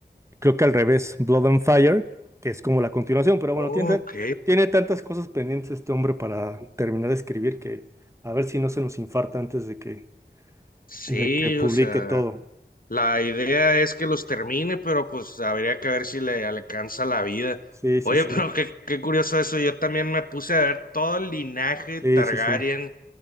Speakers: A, on the right; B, on the left.
A: creo que al revés, Blood and Fire, que es como la continuación. Pero bueno,
B: Ok,
A: tiene, tiene tantas cosas pendientes este hombre para terminar de escribir que a ver si no se nos infarta antes de que,
B: sí,
A: de que publique
B: o sea,
A: todo.
B: la idea es que los termine, pero pues habría que ver si le alcanza la vida.
A: Sí, sí,
B: Oye,
A: sí.
B: pero qué, qué curioso eso, yo también me puse a ver todo el linaje
A: Sí,
B: Targaryen.
A: sí, sí.